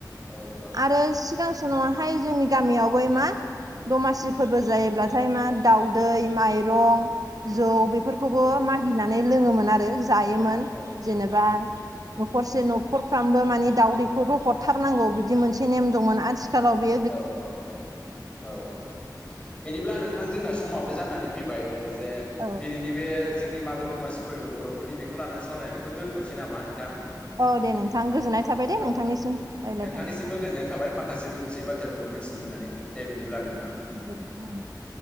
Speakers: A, on the left; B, on the right.
A: औ औ।
B: आरो सिगां सम नावाहाय जोंनि गामियाव बै मा दमासि फोरबो जायोब्लाथाय मा दाउदै माइरं जौ बेफोरखौबो मागिनानै लोङोमोन आरो जायोमोन
A: औ
B: जेनेबा न'खरसे न'खरफ्रामबो मानि दावदैखौथ' हरथारनांगौ बिदि मोनसे नेम दंमोन आथिखालाव बे
A: औ औ। औ औ बिदिब्ला नोंथां जोंना समाबो जानानै फैबाय ओ जे
B: औ
A: दिनैनि बे जोंनि मागो दमासि फोरबो बर' बेफोरनि बेखौ लानानै सावरायनाय बेखौ दोनथ'नोसै नामा नोंथां?
B: औ दे नोंथां गोजोननाय थाबाय दे
A: औ
B: नोंथांनिसिम रायलायफानायनि
A: नोंथांनिसिमबो
B: थाखाय।
A: गोजोननाय थाबाय माखासे मिथियै बाथ्राफोरखौ मिथिनो मोननानै दे बिदिब्ला नोंथां।
B: <unintelligible>